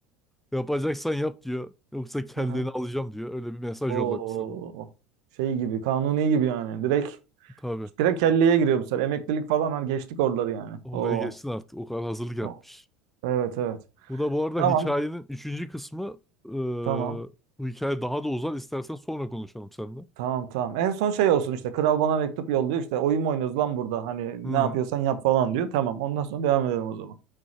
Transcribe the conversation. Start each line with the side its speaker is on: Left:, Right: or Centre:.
Centre: Yapacaksan yap diyor. Yoksa kendini
Right: aha.
Centre: alacağım diyor. Öyle bir mesaj
Right: Oo.
Centre: yollamış sana.
Right: Şey gibi, kanuni gibi yani. Direkt
Centre: Tabii.
Right: direkt kelleye giriyor bu sefer. Emeklilik falan hani geçtik oraları yani.
Centre: Oraya
Right: Oo.
Centre: geçsin artık. O kadar hazırlık yapmış.
Right: Oo. Evet, evet.
Centre: Bu da bu arada
Right: Tamam,
Centre: hikayenin üçüncü kısmı. Ee,
Right: tamam.
Centre: bu hikaye daha da uzar. İstersen sonra konuşalım seninle.
Right: Tamam, tamam. En son şey olsun işte. Kral bana mektup yolluyor. işte oyun mu oynuyoruz lan burada? Hani
Centre: Hı,
Right: ne yapıyorsan yap falan diyor. Tamam. Ondan sonra devam edelim o zaman.